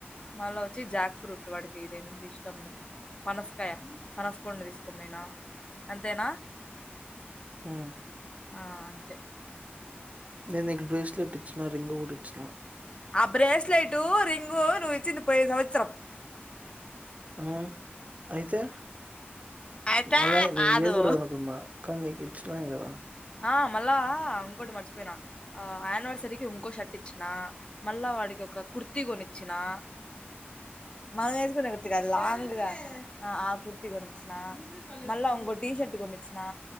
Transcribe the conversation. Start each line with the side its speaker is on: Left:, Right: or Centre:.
Left: మళ్ళా వొచ్చి జాక్ ఫ్రూట్ వాడిక్ ఇదేంది ఇష్టంలే పనాశకాయ పనసపండు తీసుకోని పోయిన అంతేనా
Right: హు
Left: ఆ అంతే
Right: నేన్నీకు బ్రేస్లెట్ ఇచ్చిన రింగు గూడ ఇచ్చిన
Left: ఆ బ్రేస్లెటు రింగు నువిచ్చింది పోయి సంవత్సరం
Right: ఆ అయితే
Left: అయితే
Right: వళ్ళ నే
Left: కాదు
Right: ఇయ్య కూడదనుకున్నా కాన్నీకిచ్చినాన్ గదా
Left: ఆ మళ్ళా ఉంకోటి మర్చిపేనా ఆ ఆనివర్సరీకి ఉంకో షర్ట్ ఇచ్చినా మళ్ళా వాడికొక కుడ్తీ గొనిచ్చినా మనమేస్కుంటే గుత్తుగాదు లాంగ్లుగా ఆ ఆ కుర్తి కొనిచ్చినా మళ్ళా ఉంగో టీ షర్ట్ కొన్నిచ్నా